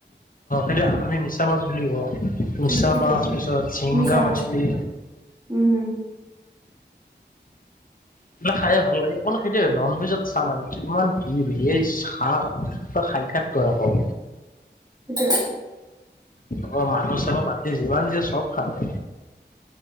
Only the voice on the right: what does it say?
উম, সেইটো
নাম
মিছা
মাছ, উম হুম
সেইটো